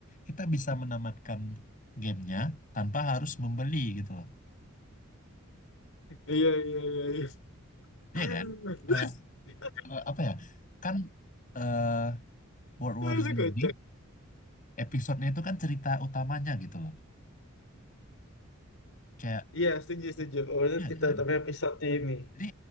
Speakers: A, on the left (about 40°); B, on the left (about 70°).
A: kita bisa menamatkan gamenya tanpa harus membeli gitu loh
B: Iya iya iya. iya.
A: Iya
B: <laughs>
A: kan kayak eh, apa ya kan eh World War
B: Aduh
A: Z
B: kocak.
A: ini episodenya itu kan cerita utamanya gitu loh kayak
B: Iya setuju setuju. Oh itu
A: ya
B: cerita
A: kan
B: tapi episode ini.
A: jadi